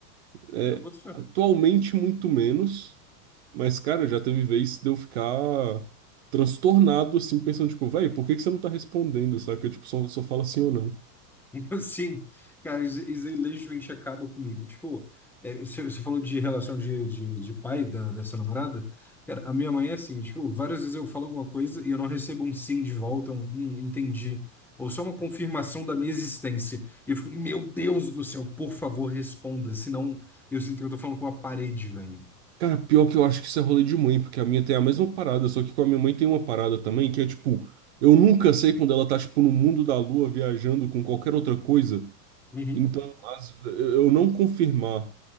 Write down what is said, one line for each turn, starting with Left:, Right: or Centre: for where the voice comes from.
Right: É,
Centre: eu boto fé.
Right: atualmente muito menos, mas, cara, já teve vez de eu ficar transtornado, assim, pensando, tipo, véi, por que que você não tá respondendo, saca? Tipo, só, só fala sim ou não.
Centre: <laughs> Sim, cara, isso, isso aí legitimamente acaba comigo. Tipo, é, você, você falou de relação de, de, de pai da, dessa namorada. Cara, a minha mãe é assim, tipo, várias vezes eu falo alguma coisa e eu não recebo um sim de volta, um, "Hum, entendi. Ou só uma confirmação da minha existência. E eu fico, meu Deus do céu, por favor, responda. Senão eu sinto que eu tô falando com uma parede, velho.
Right: Cara, pior que eu acho que isso é rolê de mãe, porque a minha tem a mesma parada, só que com a minha mãe tem uma parada também, que é, tipo, eu nunca sei quando ela tá, tipo, no mundo da lua, viajando com qualquer outra coisa,
Centre: Uhum,
Right: então, as- eu não confirmar